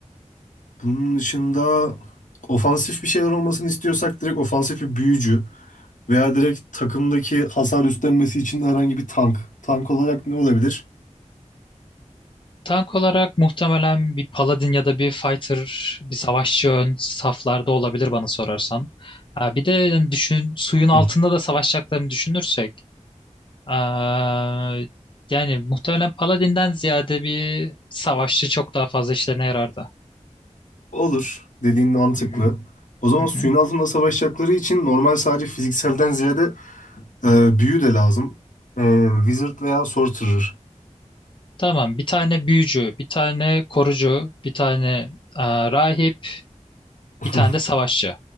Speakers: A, on the left; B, on the left.
A: Bunun dışında ofansif bir şeyler olmasını istiyorsak direkt ofansif bir büyücü veya direkt takımdaki hasar üstlenmesi için herhangi bir tank. Tank olarak ne olabilir?
B: tank olarak muhtemelen bir paladin ya da bir fighter, bir savaşçı ön saflarda olabilir bana sorarsan. Ha, bir de yani düşün suyun
A: Hı.
B: altında da savaşacaklarını düşünürsek Aa, yani muhtemelen Paladin'den ziyade bir savaşçı çok daha fazla işlerine yarardı.
A: Olur. Dediğin mantıklı.
B: Hı hı.
A: O zaman
B: Hı
A: suyun
B: hı.
A: altında savaşacakları için normal sadece fizikselden ziyade e, büyü de lazım. E, Wizard veya Sorcerer.
B: Tamam, bir tane büyücü, bir tane korucu, bir tane aa, rahip,
A: <laughs>
B: bir tane de savaşçı.